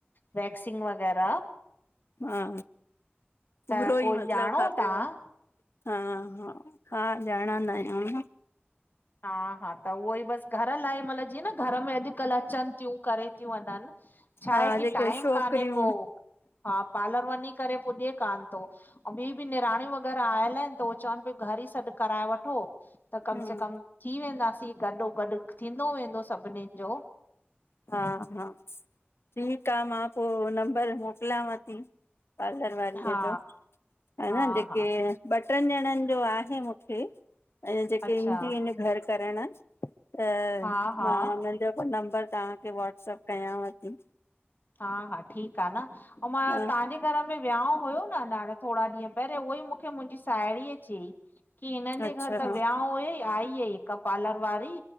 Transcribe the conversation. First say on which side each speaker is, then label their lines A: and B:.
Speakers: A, on the left; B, on the left.
A: वैक्सिंग वग़ैरह।
B: हा पूरो
A: त कोई
B: ई मतलब
A: ॼाणो
B: खपेव
A: तव्हां?
B: हा हा हा ॼाणंदा आहियूं।
A: हा हा त उहो ई बसि घर लाइ मतिलब जीअं न घर में अॼुकल्ह अचनि थियूं करे थी वञनि। छा
B: हा
A: आहे कि
B: जेके
A: टाइम
B: छोकिरियूं
A: कान्हे को, हा पार्लर वञी करे पुॼे कान थो। ऐं ॿियूं बि निणणियूं वग़ैरह आयल आहिनि त उहो चवनि पियूं घर ई सॾु कराए वठो। त कम
B: हम्म
A: से कम थी वेंदासीं गॾोगॾु थींदो वेंदो सभिनीनि जो।
B: हा हा, ठीकु आ मां पोइ नंबर मोकलावं थी, पार्लर वारे
A: हा
B: जो, हान
A: हा
B: जे
A: हा
B: के ॿ टनि ॼणनि जो आहे मूंखे, ऐं जेके
A: अच्छा
B: ईंदियू इन घरु करणु त
A: हा हा
B: मां हुननि जो नंबर तव्हाखे वॉट्सप कयांव थी।
A: हा हा ठीकु आ न, ऐं मां
B: हा
A: तव्हाजे घर में विहांउ हुयो न थोरा ॾींह पहिरियों उहो ई मूखे मुहिजी साहेड़ीअ चयईं कि हिननि जे
B: अच्छा
A: घर त
B: हा
A: विहांउ हुयई आई हुई हिकु पार्लर वारी